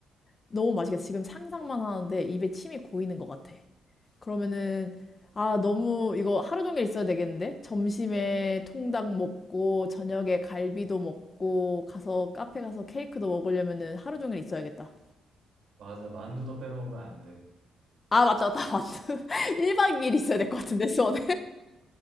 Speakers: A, on the left; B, on the right.
A: 너무 맛있겠다. 지금 상상만 하는데 입에 침이 고이는 것 같아. 그러면은 아 너무 이거 하루 종일 있어야 되겠는데 점심에 통닭 먹고 저녁에 갈비도 먹고 가서 카페 가서 케이크도 먹으려면은 하루 종일 있어야겠다.
B: 맞아, 만두도 빼먹으면 안 돼.
A: 아 맞다 맞다 맞다. <laughs> 1박 2일 있어야 될 것 같은데 수원에.